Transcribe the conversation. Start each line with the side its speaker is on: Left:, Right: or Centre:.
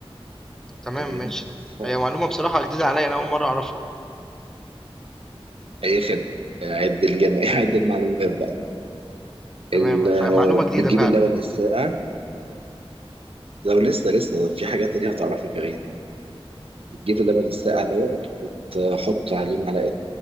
Centre: تمام
Right: تمام
Centre: ماشي
Right: ف
Centre: هي معلومة بصراحة جديدة عليا أنا أول مرة أعرفها
Right: أي خدمة عد الجمع <laughs> عد المعلومات بقى
Centre: تمام
Right: ال-
Centre: ف- معلومة
Right: بتجيب
Centre: جديدة فعلا
Right: اللبن الساقع لو لسه لسه في حاجات تانية هتعرفها كمان بتجيب اللبن الساقع دوت وتحط عليه معلقة